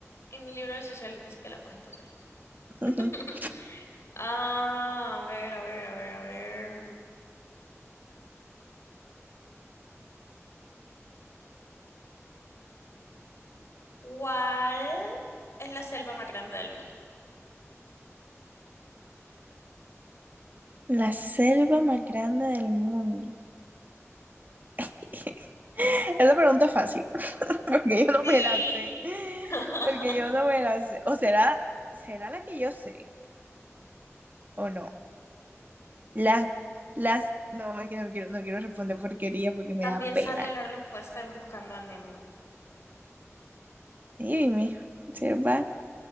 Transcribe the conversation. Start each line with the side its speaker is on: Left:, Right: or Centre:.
Left: En mi libro de sociales dice que La Paz, entonces La Paz.
Right: <laughs>
Left: <laughs> Ah, a ver, a ver, a ver, a ver. ¿Cuál es la selva más grande del mundo?
Right: La selva más grande del mundo. <laughs> Esa pregunta es fácil, <laughs> porque yo no
Left: Sí.
Right: me la sé.
Left: <laughs>
Right: Porque yo no me la sé. O será, será la que yo sé, o no. Las, las, no, es que no quiero, no quiero responder porquería porque me
Left: También
Right: da pena.
Left: sale la respuesta en Buscando a Nemo.
Right: Ay, mi selva,